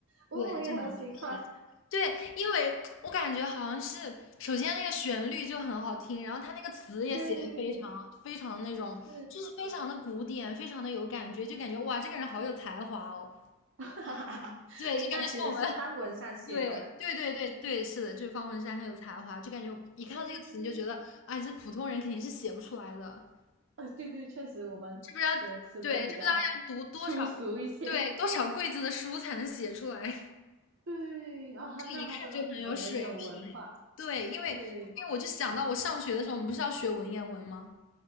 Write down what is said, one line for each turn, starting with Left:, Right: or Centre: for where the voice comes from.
Right: 我我也很喜欢，
Left: 对，这种还挺。对，因为我感觉好像是，首先那个旋律就很好听，然后它那个词也写的非常非常那种，
Right: 对，是，
Left: 就是非常的古典，非常的有感觉，就感觉哇，这个人好有才华哦。
Right: <laughs> 哈哈哈诶，
Left: 对，就感觉是我们，
Right: 那其实是方文山写的啦。
Left: 对对对对对，是的，就是方文山很有才华，就感觉一看到这个词你就觉得，
Right: 哦
Left: 哎，这普通人肯定是写不出来的。
Right: 呃，对对，确实我们写的词都会比较
Left: 这不是要对，这不知道要读多少
Right: <laughs> 粗俗一些。
Left: 对多少柜子的书才能写出来，
Right: 对，哦，
Left: <laughs>
Right: 他那他真的很有文化。
Left: 这一看就很有水平。对，因为因为我就想到我上学的时候，
Right: 对
Left: 我们不是要学文言文吗？